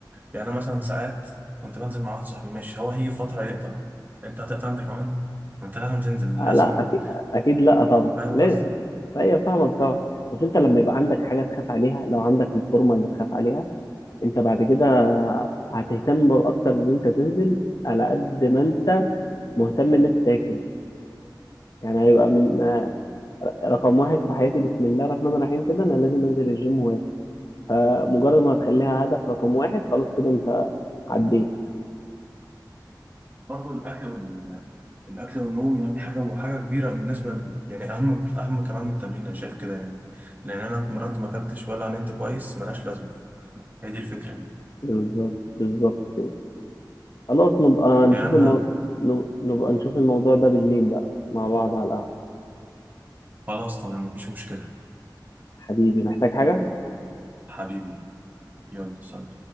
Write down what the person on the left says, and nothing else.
آه
لا أكيد, أكيد لا طبعا
لازم
فهي فاهمك طبعا بس أنت لما يبقى عندك حاجة تخاف عليها لو عندك الفورمة اللي تخاف عليها أنت بعد كده هتهتم أكتر إن أنت تنزل على قد ما أنت مهتم إن أنت تاكل يعني هيبقى من آه، رقم واحد في حياتي بسم الله الرحمن الرحيم كده أنا لازم أنزل الجيم وآكل فمجرد ما هتخليها هدف رقم واحد خلاص كده أنت عديت
بالظبط بالظبط كده خلاص نبقى نشوف
المو... نب- نبقى نشوف الموضوع ده بالليل بقى مع بعض على القهوة
حبيبي محتاج حاجة